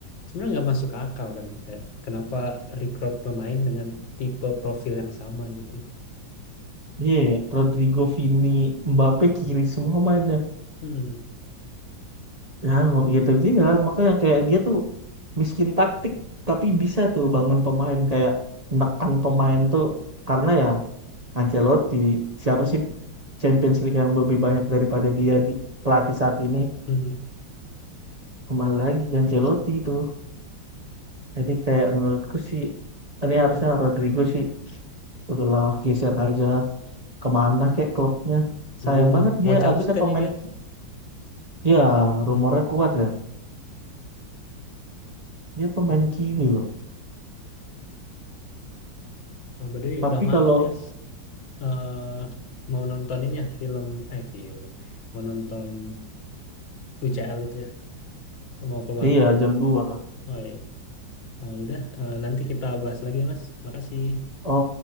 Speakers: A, on the left; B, on the right.
A: sebenarnya nggak masuk akal kan ya. Kayak kenapa rekrut pemain dengan tipe profil yang sama gitu.
B: Iya, ya, Rodrigo, Vini, Mbappe kiri semua mainnya.
A: Hmm,
B: Ya, mau gitu dia. Makanya kayak dia tuh miskin taktik, tapi bisa tuh bangun pemain kayak menekan pemain tuh karena ya Ancelotti siapa sih Champions League yang lebih banyak daripada dia di pelatih saat ini
A: hmm.
B: kembali lagi Ancelotti itu. Jadi kayak menurutku sih ini harusnya Rodrigo sih udahlah geser aja kemana kayak klubnya.
A: Jadi
B: Sayang
A: dia
B: banget
A: mau
B: dia
A: mau cabut
B: harusnya
A: kan
B: pemain
A: ya dia.
B: ki- ya
A: Hmm.
B: rumornya kuat ya. Dia pemain
A: Oh,
B: kiri loh.
A: oh, by the way,
B: Tapi
A: udah malam
B: kalau
A: nih, Yas. eh mau nonton ini ya film eh film mau nonton UCL itu ya mau ke warkop
B: iya jam dua
A: oh, iya. Oh, yaudah. Eh, nanti kita bahas lagi ya Mas makasih
B: Oh,